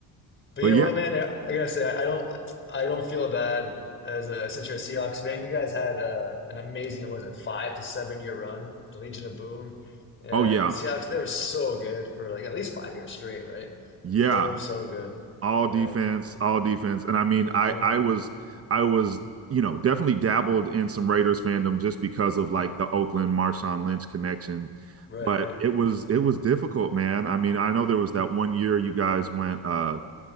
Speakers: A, on the left; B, on the right.
A: But
B: But
A: you know
B: yeah,
A: what, man? I, I gotta say, I, I don't I don't feel bad as a since you're a Seahawks fan. You guys had uh, an amazing, what was it, five to seven year run, the Legion of Boom. Uh,
B: oh yeah,
A: Seahawks, they were so good for like at least five years straight, right?
B: yeah.
A: So so good.
B: all
A: Yeah,
B: defense, all defense. And I mean,
A: sure,
B: I I
A: man.
B: was I was you know definitely dabbled in some Raiders fandom just because of like the Oakland Marshawn Lynch connection.
A: Right,
B: But
A: right.
B: it was it was difficult, man. I mean, I know there was that one year you guys went uh